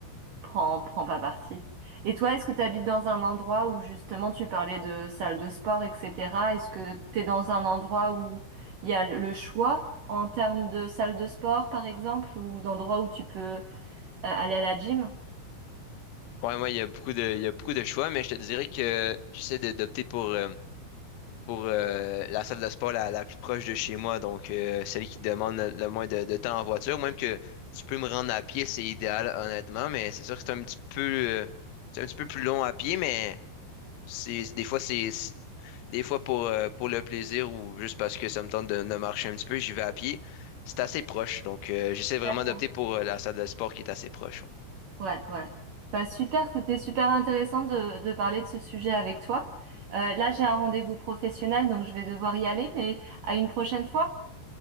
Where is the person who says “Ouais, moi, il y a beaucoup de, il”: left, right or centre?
Left